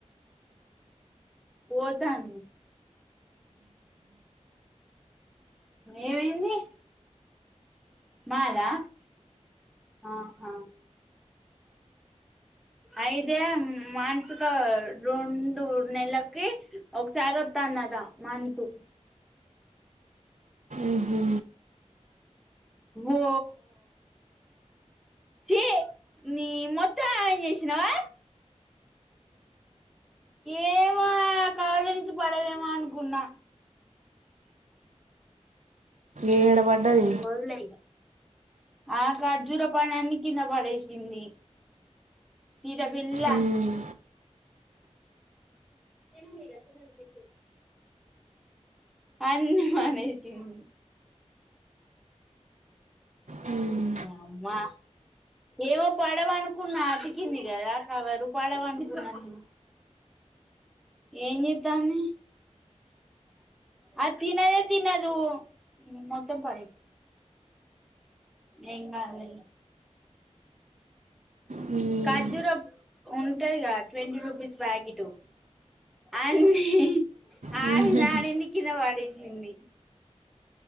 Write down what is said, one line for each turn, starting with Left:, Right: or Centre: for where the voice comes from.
Centre: పోతాంది ఏమైంది మాదా ఆహా అయితే మానసక్క రెండు నెలకి ఒకసారి ఒత్తాందట మంతు
Right: మ్హూ.
Centre: ఓ ఛీ నీ మొత్తం ఆగం చేసినావా ఏమో అక్క పై నుంచి పడదేమో అనుకున్నా
Right: ఏడ పడ్డది
Centre: వదిలేయ్ ఇగ ఆ ఖర్జూర పండ్లన్నీ కింద పడేసింది తీట పిల్ల
Right: మ్,
Centre: <unintelligible> అన్ని మానేసింది
Right: మ్,
Centre: అమ్మా ఏమో పడవనుకున్నా అతికింది కదా కవరు పడవనుకున్నా నేను ఏం చెత్తంది అ తినదే తినదు మొత్తం పడే ఏం కాదులే
Right: మ్, మ్,
Centre: ఖర్జూర ఉంటాదిగా ట్వంటీ రూపీస్ ప్యాకెట్ అన్ని
Right: మ్,
Centre: ఆడింది ఆడింది కింద పడేసింది